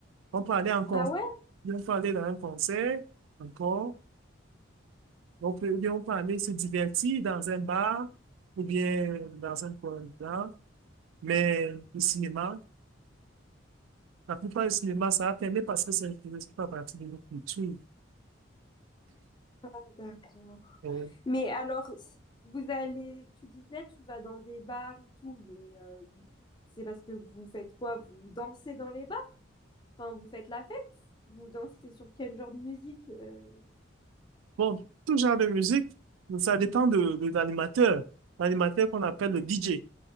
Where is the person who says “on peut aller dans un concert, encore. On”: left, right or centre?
Right